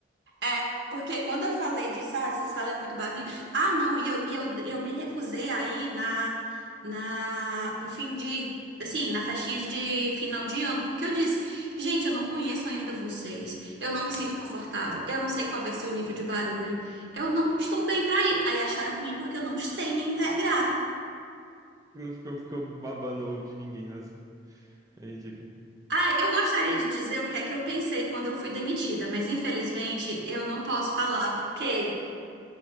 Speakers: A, on the right; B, on the right.
A: É, porque quando eu falei disso, ah, essa sala é muito barulhenta. Ah, não, e eu, e eu, eu me recusei aí na, na, no fim de, assim, na festinha de, de final de ano, porque eu disse, gente, eu não conheço ainda vocês, eu não me sinto confortável, eu não sei qual vai ser o nível de barulho, eu não estou bem pra ir. Aí acharam ruim porque eu não sei me integrar.
B: Que não ficou, ficou babando o ovo de ninguém, nossa. É ridículo.
A: Ah, eu gostaria de dizer o que é que eu pensei quando eu fui demitida, mas infelizmente eu não posso falar, porque,